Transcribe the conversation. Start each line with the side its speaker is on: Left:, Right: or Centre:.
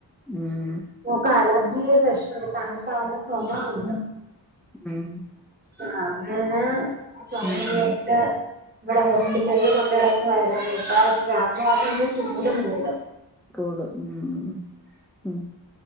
Centre: ഉം
Right: മോക്ക് അലർജിടെ പ്രശ്നണ്ട് തണുപ്പാക്മ്പോ ചൊമ കൂടും.
Centre: ഉം
Right: ആഹ് അങ്ങന ചൊമയായിട്ട്
Centre: ഉം
Right: ഇവിടെ ഹോസ്പിറ്റലിൽ കൊണ്ട് നടക്കുവായിരുന്നു അപ്പ രാത്രിയാകുമ്പൊ ചൂടു കൂടും.
Centre: കൂടും ഉം ഉം